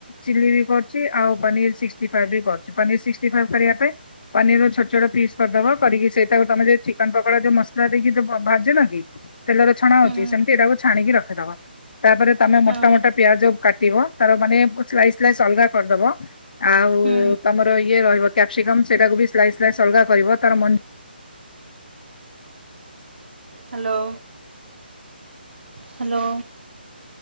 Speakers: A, on the left; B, on the right.
A: ଚିଲ୍ଲି ବି କରୁଛି ଆଉ ପନିର ସିକ୍ଟି ଫାଇଭ କରିବା ପାଇଁ ପନିର ଛୋଟ ଛୋଟ ପିସ୍ କରିଦବ କରିକି ସେଇଟାକୁ ତମ ଯଉ ଚିକେନ ପକୋଡ ଯୋଉ ମସଲା ଦେଇକି ଯୋ କ ଭାଜୁନ କି ତେଲରେ ଛଣା
B: ହୁଁ
A: ହଉଛି ସେମତି ଏଇଟାକୁ ଛାଣିକି ରଖିଦବ। ତାପରେ ତମେ
B: ହଁ
A: ମୋଟା ମୋଟା ପିଆଜ କାଟିବ ତାର ମାନେ ପ ସ୍ଲାଇସ୍ଲାଇସ୍ ଅଲଗା କରିଦବ। ଆଉ
B: ହୁଁ
A: ତମର ଇଏ ରହିବ କ୍ୟାପ୍ସିକମ ସେଇଟାକୁ ବି ସ୍ଲାଇ ସ୍ଲାଇସ୍ ଅଲଗା କରିବ ତାର ମ
B: hello. Hello.